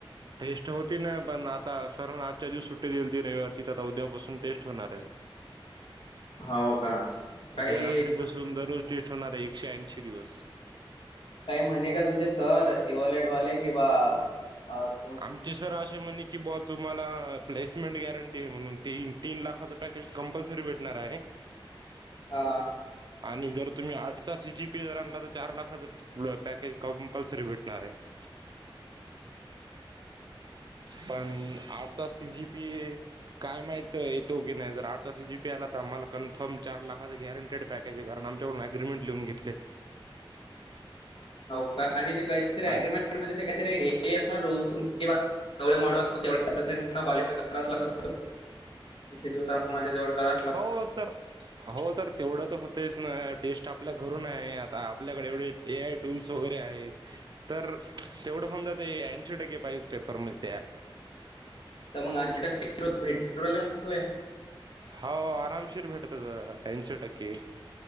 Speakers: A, on the right; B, on the left.
A: टेस्ट होती ना पण आता <unintelligible> सरण आजच्या दिवस सुट्टी दिलती रविवारचीच आता उद्यापासून टेस्ट होणार आहे.
B: हो का काही
A: उद्या रात्री बसून दरोज ते ठरणाराय एकशे ऐंशी दिवस.
B: काही म्हणे का तुमचे सर एव्हलेट वाले किं बा <unintelligible>
A: आमचे सर असे म्हणे की बाॅ तुम्हाला प्लेसमेंट गॅरंटीय म्हणून तीन तीन लाखाच पॅ <unintelligible> कंपलसरी भेटणार आहे.
B: हा.
A: आणि जर तुम्ही <unintelligible> हाजचा सी जी पेअर आणला तर चार लाखाच. <unintelligible> पॅकेज कंपल्सरी भेटणार आहे. पणं आता सी जी पीए. काय माहित येतो की नाही जर आठचा सी जीपी आला तर आम्हाला कन्फर्म चार लाखाचा गॅरंटेड पॅक कारण आमच्याकडून अग्रीमेट लिहून घेतले.
B: हो का आणि ते काहीतरी अग्रीमेंटमध्येध्ये
A: आणि
B: ते काहीतरी हे येत ना रूल्स <unintelligible> तेवढे मॉडक तेवढ-पर्सेट <unintelligible> क्वालिफायोजक् दिवस. मध्ये <unintelligible> जवड क
A: हो तर. हो तर तेवढं तर हूतयच ना टेस्ट आपल्या घरूनाय आता आपल्याकडे एवढे ए आय टूल्स वगैरे आहेत. तर तेवढं होऊन जातंय ऐंशी टक्के पाहिजे पेपरम त्या
B: त मग ऐंशी टक्के <unintelligible> रोज <unintelligible> भेट्रोल आहे.
A: हो आरामशीर भेटत ऐंशी टक्के.